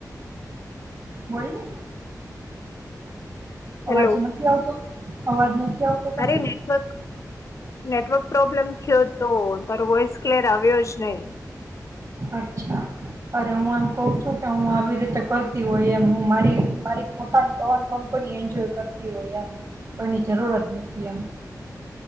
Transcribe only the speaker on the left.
હેલો
અરે નેટવર્ક નેટવર્ક પ્રોબ્લેમ થયો તો તાર વોઇસ ક્લેયર આવ્યો જ નહી